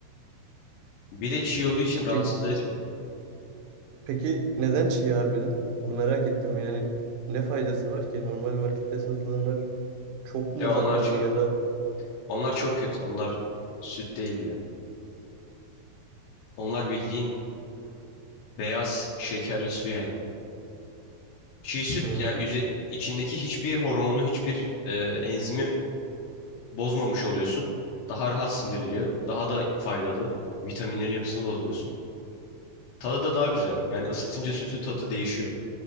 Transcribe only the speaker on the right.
Peki,
peki neden çiğ harbiden? Onu merak ettim yani. Ne faydası var ki? Normal markette satılanlar Çok mu
zararlı
ya da
Hmm,